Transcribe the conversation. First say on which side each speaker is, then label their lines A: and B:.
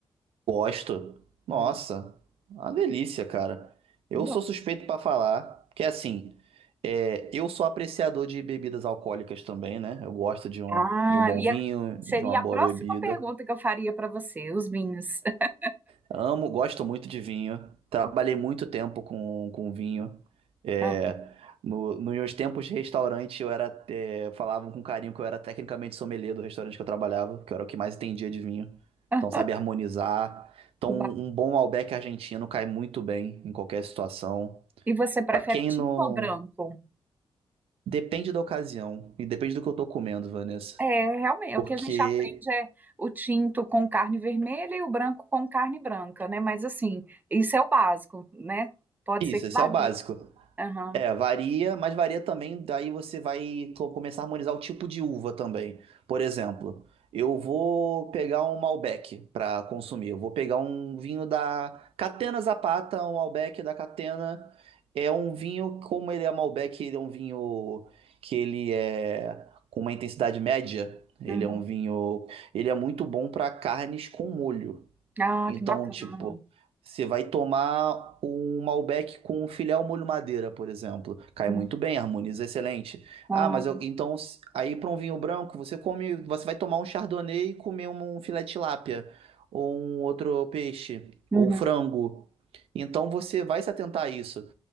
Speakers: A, on the right; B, on the right.
A: gosto. Nossa,
B: Hum,
A: uma delícia, cara. Eu
B: bom.
A: sou suspeito pra falar, porque assim, é, eu sou apreciador de bebidas alcoólicas também, né? Eu gosto de um,
B: Ah,
A: de um bom
B: eu ia-
A: vinho,
B: seria
A: de uma boa
B: a próxima
A: bebida.
B: pergunta que eu faria para você, os vinhos. <laughs>
A: Amo, gosto muito de vinho. Trabalhei muito tempo com, com vinho. É,
B: Ah,
A: no- nos meus tempos de restaurante, eu era, é, falavam com carinho que eu era tecnicamente sommelier do restaurante que eu trabalhava, que eu era o que mais entendia de vinho.
B: ah,
A: Então, sabe harmonizar. Então,
B: que
A: um
B: ba-
A: um bom Malbec argentino cai muito bem em qualquer situação.
B: E você prefere
A: Pra quem
B: tinto
A: não.
B: ou branco?
A: Depende da ocasião e depende do que eu tô comendo, Vanessa.
B: É, realmente,
A: Porque.
B: o que a gente aprende é o tinto com carne vermelha e o branco com carne branca, né? Mas assim, isso é o básico, né? Pode
A: Isso,
B: ser que
A: esse
B: varie.
A: é o básico.
B: Aham,
A: É, varia, mas varia também, daí você vai co- começar a harmonizar o tipo de uva também. Por exemplo, eu vou pegar um Malbec para consumir, eu vou pegar um vinho da Catena Zapata, um Malbec da Catena. É um vinho, como ele é Malbec, ele é um vinho que ele é com uma intensidade média. Ele
B: uhum.
A: é um vinho, ele é muito bom para carnes com molho.
B: Ah,
A: Então,
B: que bacana.
A: tipo, você vai tomar um Malbec com um filé ao molho madeira, por exemplo. Cai
B: Uhum.
A: muito bem, harmoniza excelente.
B: Ah,
A: Ah, mas eu, então, s- aí para um vinho branco, você come, você vai tomar um Chardonnay e comer um, um filé de tilápia, ou um outro peixe, ou
B: uhum.
A: frango. Então, você vai se atentar a isso.